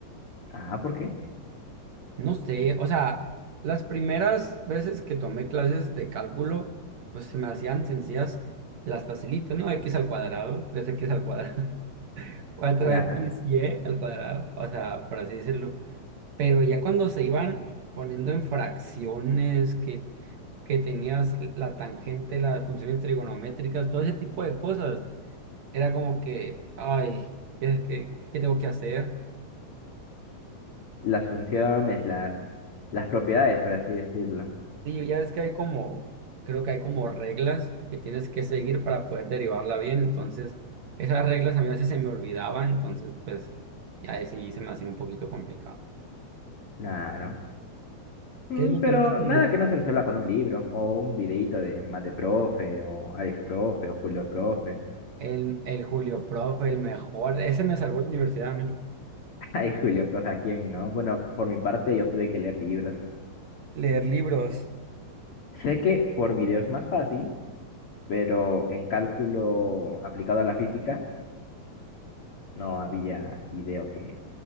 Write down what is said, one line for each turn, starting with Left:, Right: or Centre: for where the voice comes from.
Left: Ah, ¿por qué?
Right: No sé, o sea, las primeras veces que tomé clases de cálculo, pues se me hacían sencillas las facilitas, ¿no? X al cuadrado, tres x al cuadrado, <laughs> 4
Left: Claro,
Right: y al cuadrado, o sea, por así decirlo. Pero ya cuando se iban poniendo en fracciones, que, que tenías la tangente, las funciones trigonométricas, todo ese tipo de cosas, era como que, ay, ¿qué, qué, qué tengo que hacer?
Left: las funciones, las, las propiedades, por así decirlo.
Right: Sí, ya ves que hay como, creo que hay como reglas que tienes que seguir para poder derivarla bien, entonces esas reglas a mí a veces se me olvidaban, entonces pues ya sí se me hacía un poquito complicado.
Left: Claro. Mm,
Right: ¿Qué es lo que
Left: pero
Right: más te
Left: nada
Right: gusta?
Left: que no se resuelva con un libro o un videíto de Mate Profe o Alex Profe o Julio Profe.
Right: El, el Julio Prof, el mejor, ese me salvó la universidad a mí.
Left: <laughs> Ay, Julio Profe, ¿a quién no? Bueno, por mi parte yo tuve que leer libros.
Right: Leer libros.
Left: Sé que por video es más fácil, pero en cálculo aplicado a la física no había video que